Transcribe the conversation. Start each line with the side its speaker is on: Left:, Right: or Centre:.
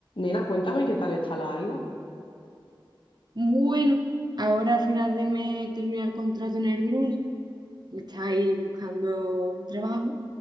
Left: Nena, cuéntame qué tal está la Aida.
Right: Bueno, ahora a final de mes termina el contrato en el Bruni, está ahí buscando trabajo,